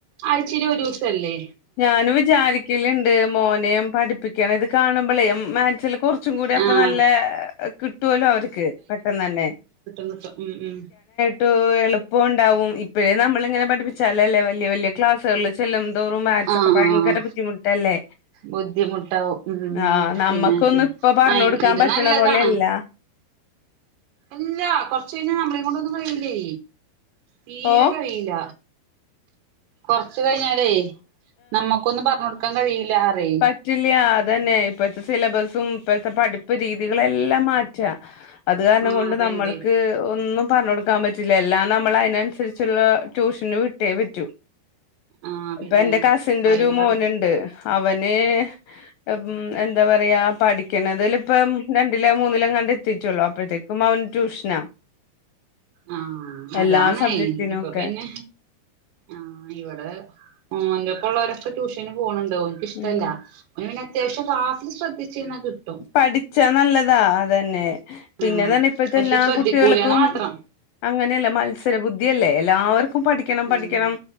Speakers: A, on the right (about 85°); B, on the left (about 80°).
A: ആഴ്ചേൽ ഒരൂസല്ലേ
B: ഞാനു വിചാരിക്കല്ണ്ട് മോനെയും പഠിപ്പിക്കണം ഇത് കാണുമ്പളെ മാത്സില് കുറ ച്ചും കൂടി അപ്പൊ
A: ആഹ്
B: നല്ല കിട്ടോല്ലോ അവർക്ക് പെട്ടെന്നന്നെ
A: ന്ന്ത്തം ഉം ഉം
B: ട്ടൂ എളുപ്പ ഉണ്ടാവും ഇപ്പഴേ നമ്മളിങ്ങനെ പഠിപ്പിച്ചാലല്ലേ വല്യ വല്യ ക്ലാസ്സുകളിൽ ചെല്ലും തോറും മാത് ത്സ്
A: ആഹ്
B: ഒക്കെ ഭയങ്കര
A: ആഹ്
B: ബുദ്ധിമുട്ടല്ലേ
A: ബുദ്ധിമുട്ടാവും ഉം
B: ആഹ് നമ്മക്കൊന്ന്
A: പിന്നെ
B: ഇപ്പൊ പറഞ്ഞ്
A: ആ
B: കൊടുക്കാൻ
A: ഇത്
B: പറ്റണ
A: നല്ലതാണ്
B: പോലെയല്ല
A: ഇല്ല കൊറച്ച് കഴിഞ്ഞ നമ്മള കൊണ്ടൊന്നും കഴിയില്ലേ തീരെ
B: ഓ
A: കഴിയില്ല കൊറച്ച് കഴിഞ്ഞാലേ നമ്മുക്കൊന്നും പറഞ്ടുക്കാൻ കഴിയില്ല പറയ്
B: പറ്റ് റ്റില്ല അതന്നെ ഇപ്പഴത്തെ സിലബസും ഇപ്പഴത്തെ പഠിപ്പ് രീതികളെല്ലാം മാറ്റാ അത് കാരണം
A: മാറിണ്ടേ
B: കൊണ്ട് നമ്മൾക്ക് ഒന്നും പറഞ്ഞ് കൊടു ക്കാൻ പറ്റില്ല എല്ലാം നമ്മൾ അയ്നൻസരിച്ചുള്ള ട്യൂഷന് വിട്ടേ പറ്റൂ
A: ആഹ് പിന്നെ
B: ഇപ്പ എന്റെ കസിന്റെ
A: അയിന്
B: ഒരു മോനുണ്ട്
A: പറ
B: അവന് ഉം എ ന്താ പറയാ പഠിക്കണതിലിപ്പം രണ്ടിലേ മൂന്നിലേങ്ങണ്ടേ എത്തിട്ടുള്ളൂ അപ്പോഴത്തേക്കും അവൻ ട്യൂഷനാ <inaudible>
A: ആഹ് അതാണ്
B: എല്ലാ സബ്ജക്റ്റിനും
A: ഇപ്പൊ
B: ഒക്കെ
A: പിന്നെ ആഹ് ഇവിടെ ഓന്റെപ്പ ഉള്ളവരൊക്കെ ട്യൂഷന് പോണ്ണ്ട് ഓൻ ഇഷ്ടല്ല
B: ഉം
A: അവന് പിന്നെ അത്യാവശ്യം ക്ലാസിൽ ശ്രദ്ധിച്ചിരുന്ന കിട്ടും
B: പഠിച്ചാ നല്ലതാ അതന്നെ പിന്നെ
A: ആഹ്
B: തന്നെ ഇപ്പത്തെ
A: പക്ഷെ
B: എല്ലാ
A: ശ്രദ്ധിക്കൂലാന്ന്
B: കുട്ടികൾക്കും
A: മാത്രം
B: അങ്ങനെയല്ല മത്സരബുദ്ധിയല്ലേ എല്ലാവർക്കും പഠിക്കണം പഠിക്കണം
A: ആഹ്